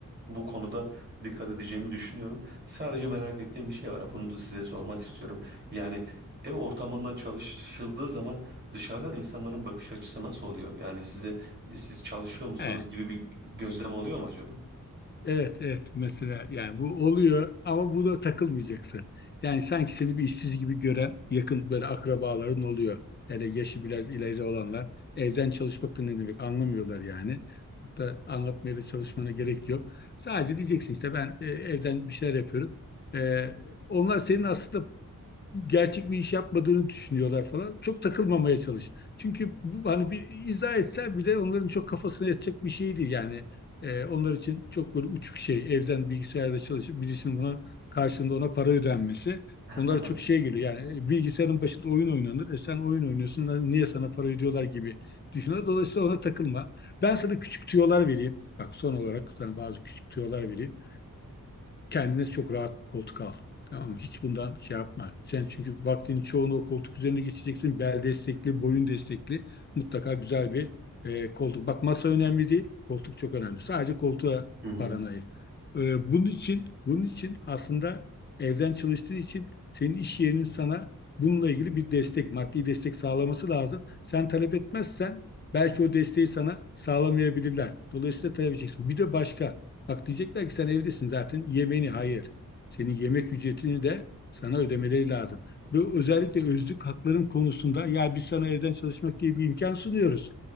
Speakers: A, on the right; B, on the left.
A: Bu konuda dikkat edeceğimi düşünüyorum. Sadece merak ettiğim bir şey var. Bunu da size sormak istiyorum. Yani ev ortamından çalışıldığı zaman dışarıdan insanların bakış açısı nasıl oluyor? Yani size siz çalışıyor musunuz
B: Evet.
A: gibi bir gözlem oluyor mu acaba?
B: Evet, evet mesela yani bu oluyor ama bu da takılmayacaksın. Yani sanki seni bir işsiz gibi gören yakın böyle akrabaların oluyor. Hele yaşı biraz ileri olanlar evden çalışmak da ne demek anlamıyorlar yani. Çok da anlatmaya da çalışmana gerek yok. Sadece diyeceksin işte ben e, evden bir şeyler yapıyorum. E, onlar senin aslında gerçek bir iş yapmadığını düşünüyorlar falan. Çok takılmamaya çalış. Çünkü bu, hani bir izah etsen bile onların çok kafasına yatacak bir şey değil yani. Ee, onlar için çok böyle uçuk şey evden bilgisayarda çalışıp birisinin buna karşılığında ona para ödenmesi.
A: <laughs>
B: Onlara çok şey geliyor yani e, bilgisayarın başında oyun oynanır. E sen oyun oynuyorsun lan niye sana para ödüyorlar gibi düşünüyorlar. Dolayısıyla ona takılma. Ben sana küçük tüyolar vereyim. Bak son olarak sana bazı küçük tüyolar vereyim kendine çok rahat bir koltuk al. Tamam mı? Hiç bundan şey yapma. Sen çünkü vaktinin çoğunu o koltuk üzerine geçeceksin. Bel destekli, boyun destekli. Mutlaka güzel bir e, koltuk. Bak masa önemli değil. Koltuk çok önemli. Sadece koltuğa
A: Hı hı.
B: paranı ayır. E, bunun için, bunun için aslında evden çalıştığın için senin iş yerinin sana bununla ilgili bir destek, maddi destek sağlaması lazım. Sen talep etmezsen belki o desteği sana sağlamayabilirler. Dolayısıyla talep edeceksin. Bir de başka. Bak diyecekler ki sen evdesin zaten yemeğini hayır. Senin yemek ücretini de sana ödemeleri lazım. Bu özellikle özlük hakların konusunda ya biz sana evden çalışmak diye bir imkan sunuyoruz.